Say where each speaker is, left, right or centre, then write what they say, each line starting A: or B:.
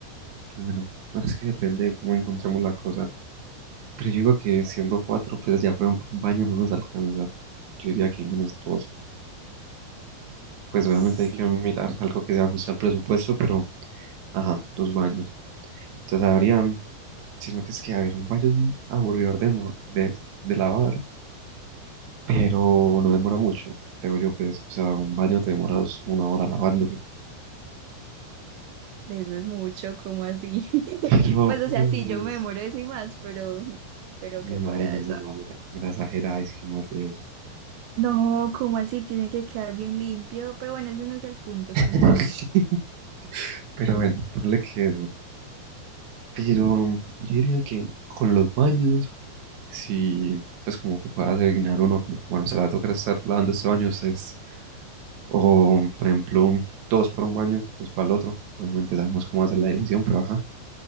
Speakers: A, on the right; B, on the right.
A: bueno, bueno, es que depende de cómo encontremos la cosa. Pero yo digo que siendo cuatro, pues ya por ejemplo un baño no nos alcanza. Yo diría que al menos dos. pues
B: Sí,
A: obviamente hay que mirar algo que se ajuste al presupuesto, pero, ajá, dos baños. Entonces habría, sino que es que, a ver, un baño es aburridor de, mo- de, de lavar, pero no demora mucho, creo yo, pues, o sea, un baño te demoras una hora lavándolo.
B: de eso es mucho, como así? <laughs>
A: <laughs> Pero,
B: Pues o
A: pues,
B: sea, sí, yo me demoro eso y más, pero, pero qué
A: imagínense,
B: para eso.
A: no, me la, me la exageráis que más de eso.
B: No, como así? Tiene que quedar bien limpio, pero bueno, ese no es el punto,
A: <laughs>
B: continúa.
A: Pero bueno, ponle que eso. Pero yo diría que con los baños, sí, pues como que pueda asignar uno como, bueno, se le va a tocar estar lavando este baño, ustedes O, por ejemplo, dos para un baño, dos para el otro. Obviamente sabemos cómo hacer la división, pero ajá.